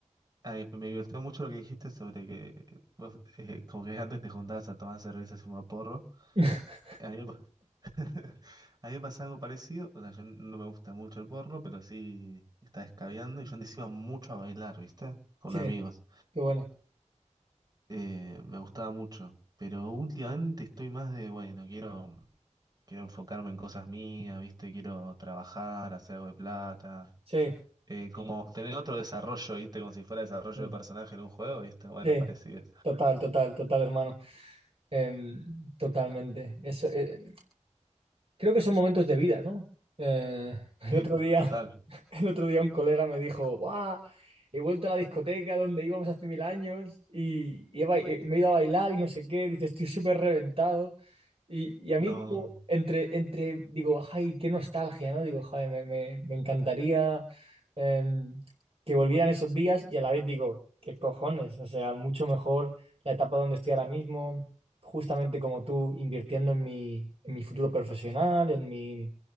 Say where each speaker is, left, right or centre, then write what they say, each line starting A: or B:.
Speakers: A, on the right; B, on the right.
A: Ay, me divirtió mucho lo que dijiste sobre que vos, eh, como que antes te juntabas a tomar cerveza y fumar porro.
B: <laughs>
A: A mí, me pa- <laughs> a mí me pasa algo parecido, o sea, yo no me gusta mucho el porro, pero sí está escabeando y yo antes iba mucho a bailar, ¿viste? Con
B: Sí,
A: amigos.
B: qué bueno.
A: Eh, me gustaba mucho, pero últimamente estoy más de, bueno, quiero... Quiero enfocarme en cosas mías, ¿viste? Quiero trabajar, hacer algo de plata.
B: Sí,
A: Eh, Sí. como tener otro desarrollo, ¿viste? Como si fuera desarrollo
B: sí,
A: de personaje en un juego, ¿viste? Bueno,
B: sí.
A: parecido.
B: Total, total, total, hermano. Em, totalmente. Eso, eh, creo que son momentos de vida, ¿no? Eh, <laughs>
A: Sí.
B: el otro día.
A: Total.
B: El otro día un colega me dijo, ¡guau! He vuelto a la discoteca donde íbamos hace mil años y, y he bai- eh, me he ido a bailar y no sé qué. Dice, estoy súper reventado. Y, y a
A: No.
B: mí, como, entre, entre, digo, ¡ay, qué nostalgia! ¿no? Digo, joder, me, me- me encantaría em, que volvieran esos días y a la vez digo, ¿qué cojones? O sea, mucho mejor la etapa donde estoy ahora mismo, justamente como tú, invirtiendo en mi, en mi futuro profesional, en mi